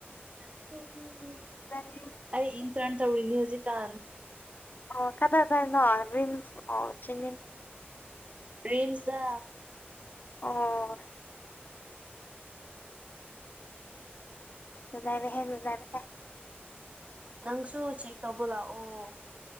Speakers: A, on the right; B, on the left.
A: <unintelligible>
B: <unintelligible>
A: ꯑꯩ ꯏꯟ ꯇꯔꯟ ꯇꯧꯔꯤꯅꯤ ꯍꯧꯖꯤꯛ ꯀꯥꯟ
B: ꯑꯣ ꯀꯗꯥꯗꯅꯣ ꯔꯤꯝꯁ ꯑꯣ ꯆꯝ
A: ꯔꯤꯝꯁꯗ
B: <unintelligible> <unintelligible>
A: ꯅꯪꯁꯨ ꯆꯦꯛ ꯇꯧꯕ ꯂꯥꯛꯑꯣ